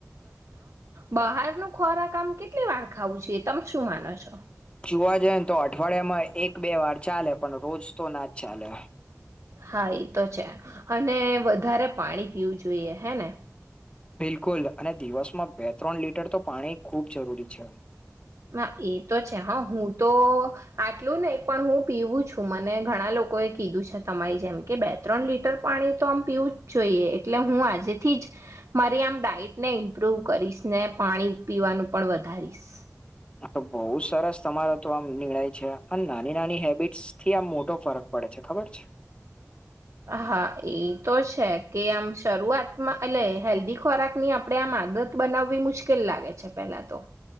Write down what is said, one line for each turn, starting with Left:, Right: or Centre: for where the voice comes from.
Right: બહાર નું ખોરાક આમ કેવું કેટલી વાર ખાવું જોઈએ તમે શું માનો છો
Left: જોવા જઈ ને તો અઠવાડિયામાં એક બે વાર ચાલે પણ રોજ તો ના જ ચાલે
Right: હા એ તો છે અને વધારે પાણી પીવું જોઈએ હે ને
Left: બિલકુલ અને દિવસમાં બે ત્રણ લીટર તો પાણી ખૂબ જરૂરી છે
Right: હ એ તો છે હા હું તો આટલું નહી પણ હું પીવું છું મને ઘણા લોકોએ કીધું છે તમારી જેમ કે બે ત્રણ લીટર પાણી તો આમ પીવું જ જોઈએ એટલે હું આજેથી જ મારી આમ ડઇટને ઇમ્પ્રુવ કરીશ ને પાણી પીવાનું પણ વધારીશ
Left: હ તો બહુ સરસ તમારો તો આમ નિર્ણય છે અને નાની નાની હેબિટસ થી આમ મોટો ફરક પડે છે ખબર છે
Right: હા એ તો છે કે આમ શરૂઆતમાં એટલે હેલ્ધી ખોરાક ની આપણે આમ આદત બનાવવી મુશ્કેલ લાગે છે પેલા તો